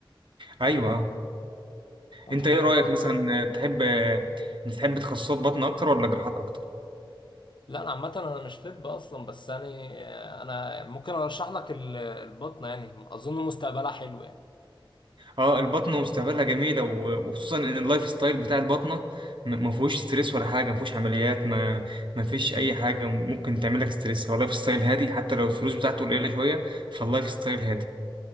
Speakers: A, on the right; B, on the left.
A: أيوه
B: طب
A: أنت
B: حلو
A: إيه رأيك
B: أوي.
A: مثلا آه، تحب آه، أنت تحب تخصصات باطنة أكتر ولا جراحات أكتر؟
B: لا انا عامة انا مش طب اصلا بس يعني انا ممكن ارشح لك ال- البطنة يعني اظن مستقبلها حلو يعني
A: اه البطنة مستقبلها جميلة و- وخصوصا ان اللايف ستايل بتاع البطنة م- ما فيهوش ستريس ولا حاجة ما فيهوش عمليات ما ما فيش اي حاجة ممكن تعمل لك ستريس هو اللايف ستايل هادي حتى لو الفلوس بتاعته قليلة شوية فاللايف ستايل هادي